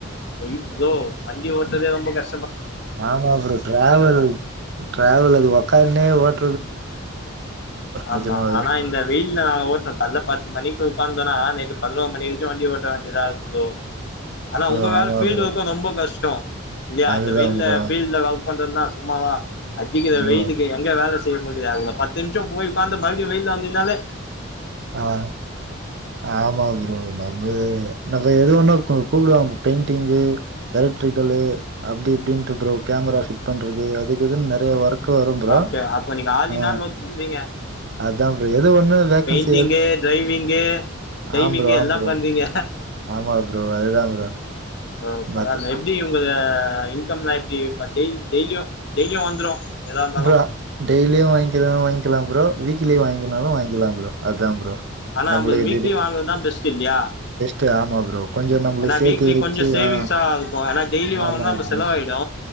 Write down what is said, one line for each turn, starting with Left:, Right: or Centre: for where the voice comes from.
Left: அய்யோ ப்ரோ வண்டி ஓட்டறதே ரொம்ப கஷ்
Right: ஆமா ப்ரோ ட்ராவல் ட்ராவல் அது உக்கான்னே ஓட்
Left: ஆமா
Right: நிஜமாவே
Left: ஆனா இந்த வெய்யில்ல நாங்க ஓட்டுறோ கால பத்து மணிக்கு உட்காந்துந்தோனா நைட்டு பதினோரு மணி வரைக்கு வண்டி ஓட் ஓட்ட வேண்டியதாகுது இதோ ஆனா
Right: ப்ரோ
Left: உங்க வேல
Right: ஆமா
Left: ஃபீல்டு
Right: ப்ரோ
Left: ஒர்க்கு ரொம்ப கஷ்டோ இல்லையா
Right: அதுதா
Left: இந்த வெய்யில்ல
Right: ப்ரோ
Left: ஃபீல்டுல ஒர்க் ஒர்க் பண்றதுனா சும்மாவா அடிக்கிற
Right: ப்ரோ
Left: வெய்யிலுக்கு எங்க வேல முடியாவுல பத்து நிமிஷோ போய் உக்காந்து மறுபடி வெய்யில வந்ததுனாலே
Right: ஆஹ் ஆமா ப்ரோ நம்ம நம்ம எது ஒண்ணு கூ கூப்பிடுவாங்க பெயிண்டிங்கு எலக்ட்ரிக்கலு அப்படி இப்டின்ட்டு ப்ரோ கேமரா ஃபிட் பண்றது அதுக்கு இதுனு நெறயா ஒர்க வரும் ப்ரோ
Left: ஓகே அப்போ நீங்க all
Right: uh
Left: in all work பண்றீங்க
Right: அதுதா ப்ரோ எது ஒண்ணு வேக்கன்சி
Left: ட்ங்கு டிரைவிங்கு டைவிங்கு
Right: ஆம் ப்ரோ ஆம்
Left: எல்லா
Right: ப்ரோ
Left: பண்றீங்க
Right: ஆமா ப்ரோ அதுதா ப்ரோ
Left: ஓ பரவால்ல
Right: மத்த
Left: எப்படி உங்க இன்கம் எல்லா எப்படி டெய்லி டெய்லியு டெய்லியு வந்துரு எதா இருந்தாலு
Right: ப்ரோ டெய்லியு வாங்கிதா வாங்கிக்கலா ப்ரோ வீக்லி வாங்கினாலு வாங்கிக்கலா ப்ரோ அதா ப்ரோ
Left: ஆனா
Right: நம்மளுக்கு
Left: நம்ப வீக்லி வாங்கறதா பெஸ்ட் டு இல்லியா
Right: டு ஆமா ப்ரோ கொஞ்சோ நம்மளுக்கு
Left: ஏனா
Right: சேத்து
Left: வீக்லி
Right: வச்சு
Left: கொஞ்சம் சேவிங்ஸ்ஸா
Right: ஆ
Left: இருக்கு ஏனா டெய்லி வாங்குனா
Right: ஆமா
Left: நம்ப
Right: ப்ரோ
Left: செலவாயுடு